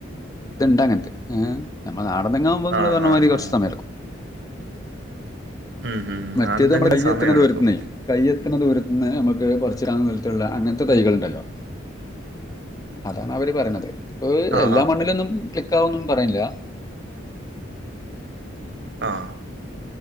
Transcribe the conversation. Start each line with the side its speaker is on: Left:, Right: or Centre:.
Left: ഇത്ണ്ട അങ്ങനത്തെ ഏ നമ്മ നാടന്തെങ്ങാവുമ്പോങ്ങള്
Right: ആഹ്
Left: പറഞ്ഞ മാതിരി
Right: ആഹ്
Left: കുറച്ച്
Right: ആഹ്
Left: സമയെടുക്കും.
Right: ഉം ഉം
Left: മറ്റേത്
Right: അതെന്തെങ്കിലും
Left: നമ്മള് കൈ
Right: സമയം
Left: എത്തണ
Right: എടുക്കും
Left: ദുരത്തിന്നെ കയ്യെത്തണ ദൂരത്ത്ന്ന് നമുക്ക് കുറച്ചാവുന്ന തരത്തുള്ള അങ്ങനത്തെ തൈകള്ണ്ടല്ലോ അതാണ് അവര് പറയണത് ഇപ്പൊ
Right: ആഹ്
Left: എല്ലാ
Right: ആഹ്
Left: മണ്ണിലൊന്നും ക്ലിക്ക് ആന്നും പറയില്ല
Right: ആഹ്